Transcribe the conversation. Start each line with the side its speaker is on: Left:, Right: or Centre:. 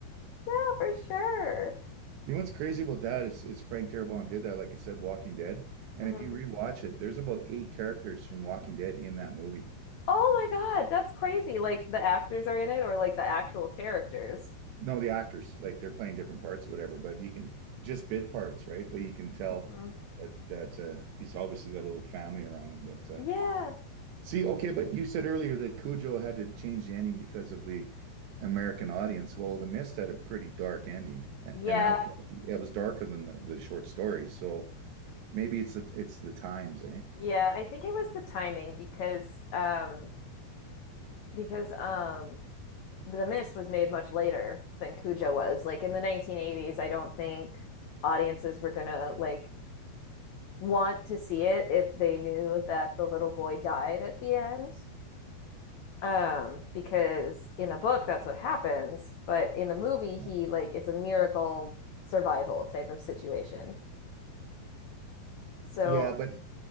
Left: Yeah, for sure.
Right: You know what's crazy about that is is Frank Darabont did that, like I said, Walking Dead. And
Left: hmm
Right: if you rewatch it, there's about eight characters from Walking Dead in that movie.
Left: Oh my God, that's crazy. Like the actors are in it or like the actual characters.
Right: No, the actors, like they're playing different parts or whatever, but you can just bit parts, right? But you can tell
Left: hmm
Right: that that uh, he's obviously got a little family around him. But uh,
Left: Yeah.
Right: See, okay, but you said earlier that Cujo had to change the ending because of the American audience. Well, The Mist had a pretty dark ending, a-
Left: Yeah,
Right: and that was it was darker than the, the short story. So maybe it's the, it's the times, eh?
Left: Yeah, I think it was the timing because um because um The Mist was made much later than Cujo was. Like in the 1980s, I don't think audiences were gonna like want to see it if they knew that the little boy died at the end. Um because in the book that's what happens, but in the movie
Right: Yeah.
Left: he like it's a miracle survival type of situation. So,
Right: Yeah, but